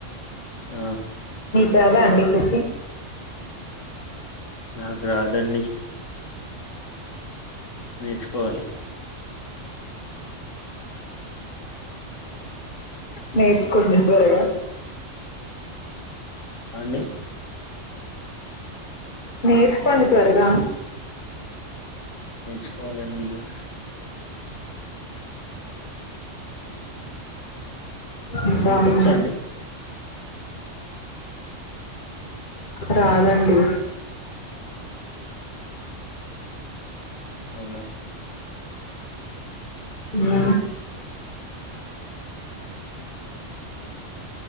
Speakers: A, on the left (about 85°); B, on the left (about 40°).
A: హ
B: రాదా అండి కుక్కింగ్
A: నాకు రాదండి నేర్చుకోవాలి
B: నేర్చుకొండి త్వరగా
A: అండి
B: నేర్చుకోండిత్వరగా
A: నేర్చుకోవాలండి ఇగా
B: ఇంకా
A: మీకొచ్చా
B: అండీ
A: అండి
B: రాదండి
A: అవున
B: ఉమ్